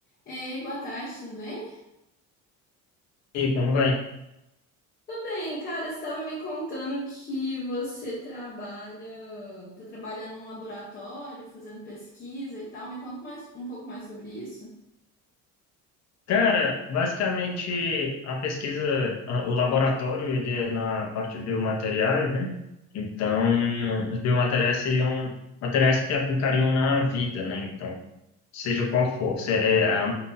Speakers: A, on the left; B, on the left.
A: Ei, boa tarde, tudo bem?
B: E aí, como vai?
A: Tá bem, cara, você estava me contando que você trabalha, tá trabalhando num laboratório, fazendo pesquisa e tal. Me conta mais um pouco mais sobre isso.
B: Cara, basicamente a pesquisa, a- o laboratório, ele é na parte de biomateriais, né? Então, os biomateriais seriam materiais que aplicariam na vida, né? Então, seja qual for. Se- é, é, a-